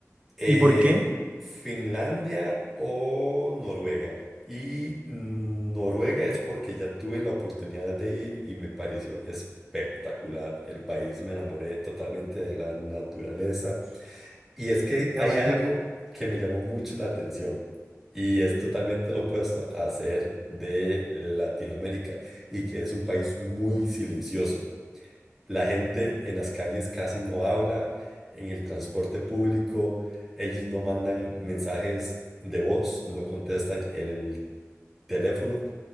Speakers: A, in the centre; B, on the right (about 25°).
A: Eh,
B: ¿Y por qué?
A: Finlandia o Noruega. Y Noruega es porque ya tuve la oportunidad de ir y me pareció espectacular. El país me enamoré totalmente de la naturaleza y es que
B: Qué
A: hay
B: buena.
A: algo que me llamó mucho la atención y es totalmente lo opuesto a ser de Latinoamérica y que es un país muy silencioso. La gente en las calles casi no habla, en el transporte público ellos no mandan mensajes de voz, no contestan el teléfono